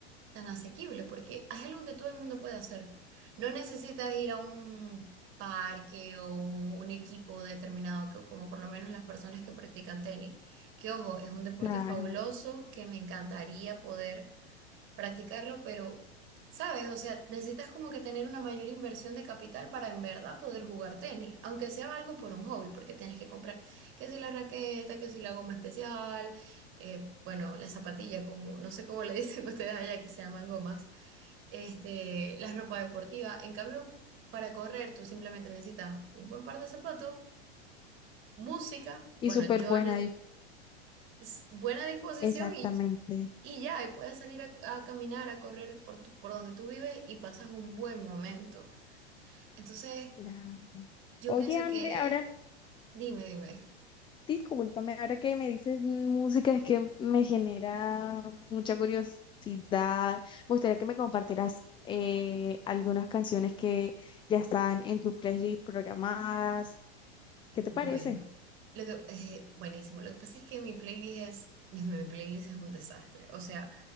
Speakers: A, on the right; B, on the left.
A: tan asequible, porque es algo que todo el mundo puede hacer. No necesitas ir a un parque o un, un equipo determinado, que, como por lo menos las personas que practican tenis, que ojo, es un deporte
B: claro.
A: fabuloso que me encantaría poder practicarlo, pero, ¿sabes? O sea, necesitas como que tener una mayor inversión de capital para en verdad poder jugar tenis, aunque sea algo por un hobby, porque tienes que comprar que si la raqueta, que si la goma especial, eh, bueno, la zapatilla, como no sé cómo le <laughs> dicen ustedes allá, que se llaman gomas, este, la ropa deportiva. En cambio, para correr, tú simplemente necesitas un buen par de zapatos, música,
B: Y
A: bueno,
B: súper
A: yo
B: buena,
A: ne-
B: y-
A: s- buena disposición
B: exactamente.
A: y, y ya, y puedes salir a, a caminar, a correr por, tu- por donde tú vives y pasas un buen momento. Entonces,
B: Claro.
A: yo
B: Oye,
A: pienso
B: André,
A: que,
B: ahora,
A: dime, dime,
B: discúlpame, ahora que me dices música, es que me genera mucha curiosidad. Me gustaría que me compartieras eh, algunas canciones que ya están en tu playlist programadas. ¿Qué te
A: bueno,
B: parece?
A: lo que- eh, buenísimo. Lo que pasa es que mi playlist es, Dios mío, mi playlist es un desastre. O sea,